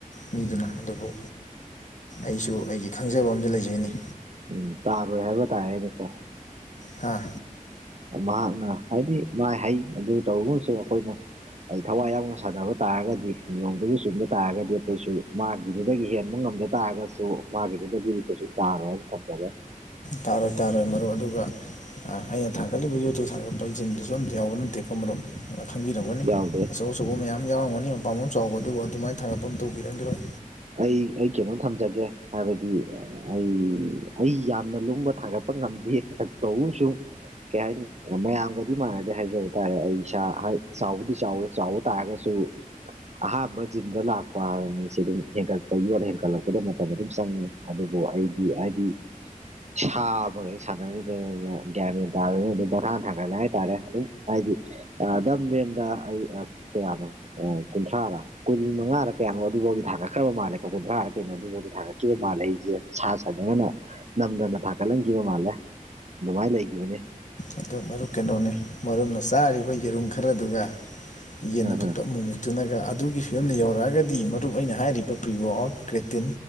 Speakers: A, on the left; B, on the right.
A: ꯃꯤꯗꯨꯅ ꯑꯗꯨꯕꯨ ꯑꯩꯁꯨ ꯑꯩꯒꯤ ꯈꯪꯖꯕ ꯑꯝꯗ ꯂꯩꯖꯩꯅꯤ
B: ꯎꯝ ꯇꯥꯔꯣꯏ ꯍꯥꯏꯕ ꯇꯥꯔꯦꯅꯦꯀꯣ
A: ꯍꯥꯥ
B: ꯃꯍꯥꯛꯅ ꯍꯥꯏꯕꯗꯤ ꯃꯥꯏ ꯍꯩ ꯑꯗꯨ ꯇꯧꯔꯒꯁꯨ ꯑꯩꯈꯣꯏꯅ ꯑꯩ ꯊꯋꯥꯏ ꯌꯥꯎꯅ ꯁꯥꯟꯅꯕ ꯇꯥꯔꯒꯗꯤ ꯅꯤꯌꯣꯝꯗꯨꯒ ꯆꯨꯝꯕ ꯇꯥꯔꯒꯗꯤ ꯑꯩꯈꯣꯏꯁꯨ ꯃꯥꯒꯤꯗꯨꯗꯒꯤ ꯍꯦꯟꯕ ꯉꯝꯗ ꯇꯥꯔꯒꯁꯨ ꯃꯥꯒꯤꯗꯨꯗꯗꯤ ꯀꯩꯁꯨ ꯇꯥꯔꯣꯏꯅ ꯊꯝꯖꯒꯦ
A: ꯇꯥꯔꯣꯏ ꯇꯥꯔꯣꯏ ꯃꯔꯨꯞ ꯑꯗꯨꯒ ꯑꯥ ꯑꯩꯅ ꯊꯥꯒꯠꯂꯤꯕ ꯌꯨꯇꯨ ꯊꯥꯒꯠꯄ ꯖꯤꯝꯗꯨꯁꯨ ꯑꯝꯇ ꯌꯥꯎꯕ ꯅꯠꯇꯦꯀꯣ ꯃꯔꯨꯞ ꯈꯪꯕꯤꯔꯝꯒꯅꯤ
B: ꯌꯥꯎꯗꯦ
A: ꯑꯆꯧ ꯑꯆꯧꯕ ꯃꯌꯥꯝ ꯌꯥꯎꯔꯝꯒꯅꯤ ꯃꯄꯥꯝꯕꯣꯝ ꯆꯥꯎꯕ ꯑꯗꯨꯕꯨ ꯑꯗꯨꯃꯥꯏꯅ ꯊꯥꯒꯠꯄ ꯑꯃꯇ ꯎꯕꯤꯔꯝꯈꯤꯔꯣꯏ
B: ꯑꯩ ꯑꯩ ꯀꯩꯅꯣ ꯊꯝꯖꯒꯦ ꯍꯥꯏꯕꯗꯤ ꯑꯩ ꯑꯩ ꯌꯥꯝꯅ ꯂꯨꯝꯕ ꯊꯥꯡꯒꯠꯄ ꯉꯝꯗꯦ ꯑ ꯇꯧꯕꯑꯃꯁꯨꯝ ꯀꯩ ꯍꯥꯏꯅꯤ ꯃꯌꯥꯝꯒ ꯑꯗꯨ ꯃꯥꯟꯅꯗꯦ ꯍꯥꯏꯖꯕ ꯇꯥꯔꯦ ꯑꯩ ꯏꯁꯥ ꯆꯥꯎꯕꯨꯗꯤ ꯆꯥꯎꯋꯦ ꯆꯥꯎꯕ ꯇꯥꯔꯒꯁꯨ ꯑꯍꯥꯥꯟꯕ ꯖꯤꯝꯗ ꯂꯥꯛꯄ ꯍꯥꯏꯗꯤ ꯁꯤ ꯑꯗꯨꯝ ꯍꯦꯟꯒꯠꯄ ꯌꯣꯠ ꯍꯦꯟꯒꯠꯂꯛꯄꯗ ꯃꯇꯝ ꯑꯗꯨꯝ ꯆꯪꯉꯤ ꯑꯗꯨꯕꯨ ꯑꯩꯗꯤ ꯍꯥꯏꯗꯤ ꯁꯥ ꯑꯃꯒ ꯍꯦꯛ ꯁꯥꯟꯅꯔꯨꯗꯅ ꯒ꯭ꯌꯥ ꯒ꯭ꯌꯥꯟ ꯃꯦꯟ ꯇꯥꯗꯗꯅ ꯑꯗꯨꯝ ꯄꯪꯊꯥꯡ ꯊꯥꯡꯒꯠꯂꯦ ꯍꯥꯏꯇꯥꯔꯦ ꯑꯗꯨꯝ ꯍꯥꯏꯗꯤ ꯑꯥ ꯗꯝꯕꯦꯟꯗ ꯑꯩ ꯑꯞ ꯀꯌꯥꯅꯣ ꯑꯣ ꯀꯨꯟꯊ꯭ꯔꯥꯔꯥ ꯀꯣꯟ ꯃꯉꯥꯔꯥ ꯀꯌꯥꯅꯣ ꯑꯗꯨꯕꯥꯎꯗꯤ ꯊꯥꯒꯠꯈ꯭ꯔꯕ ꯃꯥꯜꯂꯦꯀꯣ ꯀꯨꯟꯊ꯭ꯔꯥꯔ ꯀꯩꯅꯣꯐꯥꯎꯗ ꯊꯥꯒꯠꯈꯤꯕ ꯃꯥꯜꯂꯦ ꯑꯩꯁꯦ ꯁꯥ ꯁꯟꯗꯧꯅ ꯅꯝꯗꯅ ꯊꯥꯒꯠꯍꯟꯈꯤꯕ ꯃꯥꯜꯂꯦ ꯑꯗꯨꯃꯥꯏꯅ ꯂꯩꯈꯤꯕꯅꯤ
A: ꯑꯗꯨ ꯃꯔꯨꯞ ꯀꯩꯅꯣꯅꯤ ꯃꯔꯨꯝꯅ ꯆꯥꯔꯤꯕ ꯌꯦꯔꯨꯝ ꯈꯔꯗꯨꯒ ꯌꯦꯟ
B: ꯎꯝ
A: ꯑꯄꯨꯠꯄ
B: ꯎꯝ
A: ꯑꯃꯨꯛ ꯃꯨꯛ ꯑꯗꯨꯨꯅꯒ ꯑꯗꯨꯒꯤ ꯐꯤꯕꯝꯗꯨ ꯌꯧꯔꯛꯑꯒꯗꯤ ꯃꯔꯨꯞ ꯑꯩꯅ ꯍꯥꯏꯔꯤꯕ ꯄ꯭ꯔꯤꯋꯥꯛ ꯑꯥꯎꯠ ꯀ꯭ꯔꯦꯇꯤꯟ